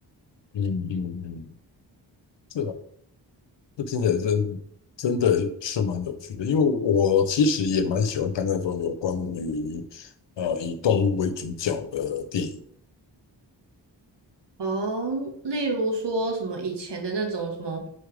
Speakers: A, on the left; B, on the right.
A: 嗯嗯嗯，这个这听起来真真的是蛮有趣的，因为我其实也蛮喜欢看那种有关于呃以动物为主角的电影。
B: 哦。例如说什么以前的那种什么